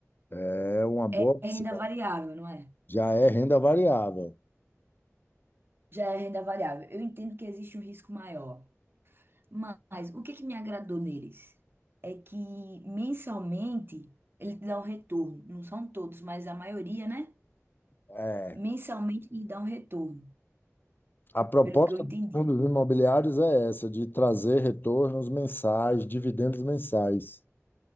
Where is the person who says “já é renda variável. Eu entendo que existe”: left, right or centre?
Right